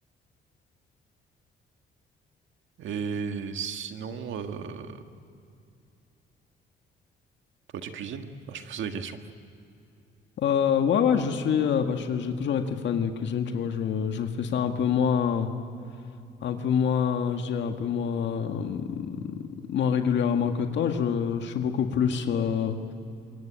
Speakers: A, on the right; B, on the left.
A: Et sinon, euh, toi, tu cuisines? Enfin, je pose des questions.
B: Euh, ouais, ouais, je suis, euh, bah, je- j'ai toujours été fan de cuisine, tu vois. Je, je fais ça un peu moins, un peu moins, je dirais un peu moins, euh, moins régulièrement que toi. Je, je suis beaucoup plus. euh,